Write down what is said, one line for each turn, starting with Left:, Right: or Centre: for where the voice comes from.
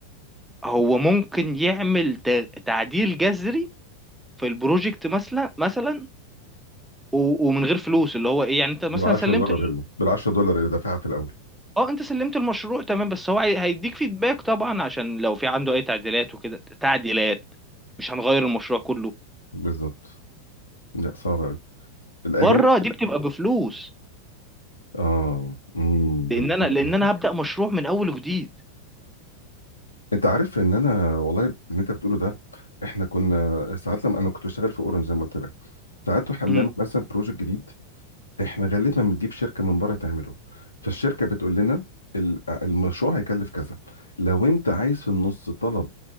Centre: هو ممكن يعمل ت... تعديل جذري في البروجكت مثلا مثلا و... ومن غير فلوس اللي هو ايه يعني انت مثلا
Left: بال 10
Centre: سلمت
Left: دولار هنا بال 10 دولار اللي دافعها في الاول
Centre: اه انت سلمت المشروع تمام بس هو هي- هيديك فيدباك طبعا عشان لو في عنده اي تعديلات وكده تعديلات مش هنغير المشروع كله
Left: بالظبط لا صعب قوي الاجانب
Centre: بره دي بتبقى بفلوس
Left: اه امم
Centre: لان
Left: ده بحلو.
Centre: انا لان انا هبدأ مشروع من اول وجديد
Left: انت عارف ان انا والله اللي انت بتقوله ده احنا كنا ساعات لما انا كنت بشتغل في اورنج زي ما قلت لك ساعات واحنا بنعمل
Centre: امم
Left: مثلا بروجكت جديد احنا غالبا بنجيب شركه من بره تعمله فالشركه بتقول لنا ال- المشروع هيكلف كذا لو انت عايز في النص طلب